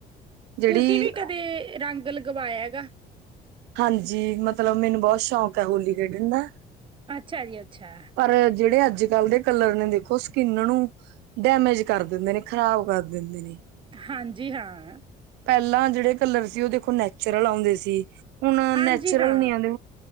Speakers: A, on the right (about 85°); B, on the right (about 30°).
A: ਜਿਹੜੀ
B: ਤੁਸੀਂ ਵੀ ਕਦੇ ਰੰਗ ਲਗਵਾਇਆ ਹੈਗਾ।
A: ਹਾਂਜੀ ਮਤਲਬ ਮੈਨੂੰ ਬਹੁਤ ਸੌਂਕ ਆ ਹੋਲੀ ਖੇਡਣ ਦਾ
B: ਅੱਛਾ ਜੀ ਅੱਛਾ।
A: ਪਰ ਜਿਹੜੇ ਅੱਜ ਕੱਲ੍ਹ ਦੇ ਕਲਰ ਨੇ ਦੇਖੋ ਸਕਿੰਨਾ ਨੂੰ ਡੈਮੇਜ ਕਰ ਦਿੰਦੇ ਨੇ ਖ਼ਰਾਬ ਕਰ ਦਿੰਦੇ ਨੇ।
B: ਹਾਂਜੀ ਹਾਂ।
A: ਪਹਿਲਾਂ ਜਿਹੜੇ ਕਲਰ ਸੀ ਉਹ ਦੇਖੋ ਨੈਚੁਰਲ ਆਉਂਦੇ ਸੀ ਹੁਣ
B: ਹਾਂਜੀ
A: ਨੈਚੁਰਲ
B: ਹਾਂ
A: ਨ ਆਂਦੇ।